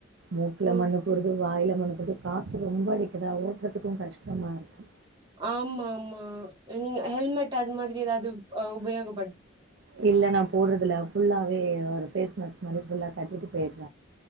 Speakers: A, on the right (about 70°); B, on the right (about 25°).
A: மூக்குல
B: ம்
A: மண்ணு டுது வாயில மண்ணு போது காத்து ரொம்ப அடிக்குதா ஓட்றதுக்கு கஷ்டமா இருக்குது
B: ஆமா ஆமா நீங்க ஹெல்மெட் அது மாதிரி எதாவது உபயோக
A: இல்லனா போட்றதில்ல ஃபுல்லாவே ஒரு ஃபேஸ் மாஸ்க் மாரி ஃபுல்லா கட்டிட்டு போய்ட்ற